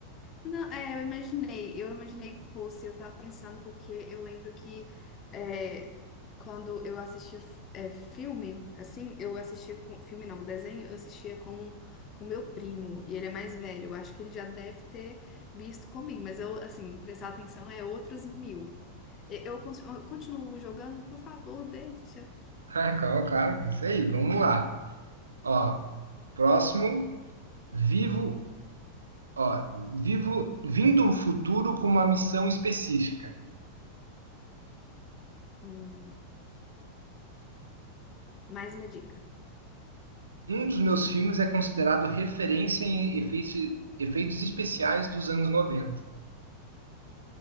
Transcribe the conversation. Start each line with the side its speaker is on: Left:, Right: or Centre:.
Left: Não, é, eu imaginei, eu imaginei que fosse, eu tava pensando porque eu lembro que é, quando eu assistia f- é, filme, assim, eu assistia com, filme não, desenho, eu assistia com com meu primo, e ele é mais velho, eu acho que ele já deve ter visto comigo, mas eu, assim, prestar atenção é outros mil. E- Eu, cons- eu continuo jogando, por favor, deixa.
Right: <laughs> Ah, claro, claro, é isso aí, vamos lá. Ó, próximo, vivo, ó, vivo, vindo o futuro com uma missão específica.
Left: Hum, mais uma dica.
Right: Um dos meus filmes é considerado referência em efeitos, efeitos especiais dos anos 90.